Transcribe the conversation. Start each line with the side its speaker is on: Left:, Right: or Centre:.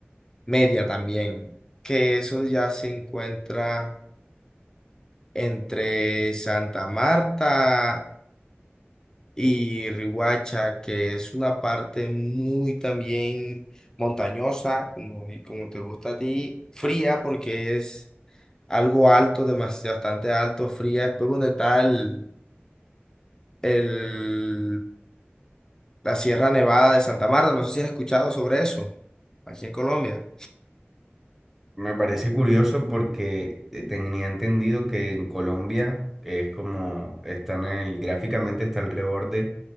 Left: Media también, que eso ya se encuentra entre Santa Marta y Riohacha, que es una parte muy también montañosa, como, como te gusta a ti, fría porque es algo alto, demasiado, bastante alto, fría. Después donde está el, el- la Sierra Nevada de Santa Marta, no sé si has escuchado sobre eso, aquí en Colombia.
Centre: Me parece curioso porque eh, tenía entendido que en Colombia, que es como, están en el, gráficamente está alrededor